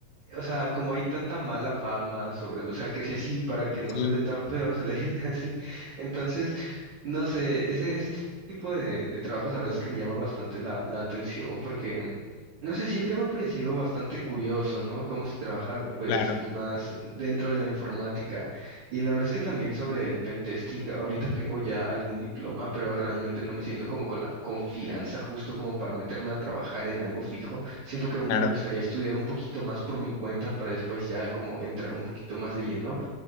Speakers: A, on the right (about 60°); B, on the left (about 85°).
A: o sea, como hay tanta mala fama sobre lo, o sea, que si así para que no
B: Sí,
A: suene tan feo se le <laughs> dice así. Entonces, no sé, ese, ese tipo de, de trabajos la verdad es que me llama bastante la, la atención porque, no sé, siempre me ha parecido bastante curioso, ¿no? Cómo se trabaja, pues,
B: claro,
A: más dentro de la informática. Y la verdad es que también sobre el pen testing, ahorita tengo ya algún diploma, pero realmente no me siento como con la confianza justo como para meterme a trabajar en algo fijo. Siento que aún
B: claro.
A: me gustaría estudiar un poquito más por mi cuenta para después ya como entrar un poquito más de lleno.